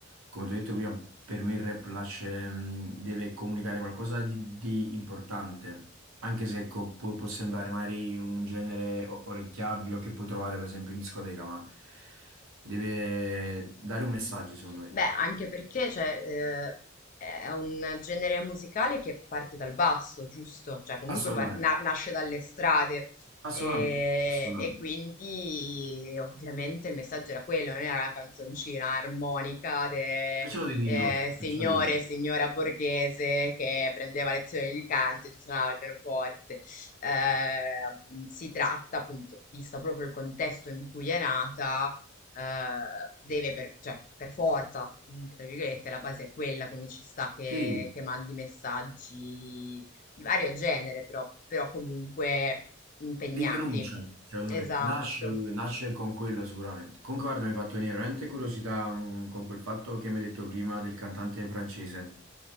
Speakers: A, on the right; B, on the left.
A: come ti ho detto prima, per me il rap lascia, mh, deve comunicare qualcosa di, di importante, anche se ecco, può, può sembrare magari un genere o- orecchiabile o che puoi trovare per esempio in discoteca, ma deve dare un messaggio secondo me.
B: Beh, anche perché cioè, eh, è un genere musicale che parte dal basso, giusto? Cioè, comunque
A: Assolutamente,
B: par- na- nasce dalle strade
A: assolutamente,
B: e,
A: assolutamente.
B: e quindi ovviamente il messaggio era quello, non era una canzoncina armonica de,
A: Perciò ti dico,
B: eh, signore
A: perciò ti dico.
B: e signora borghese che prendeva lezioni di canto e ti suonava il pianoforte. Ehm, si tratta, appunto, visto proprio il contesto in cui è nata eh, deve per, cioè, per forza, comunque, tra virgolette, la base è quella, quindi ci sta che,
A: Sì.
B: che mandi messaggi di vario genere, però, però comunque impegnati.
A: Di denuncia, secondo
B: Esatto.
A: me, nasce, nasce con quello sicuramente. Comunque, guarda, mi ha fatto venire veramente curiosità, mh, con quel fatto che mi hai detto prima del cantante francese.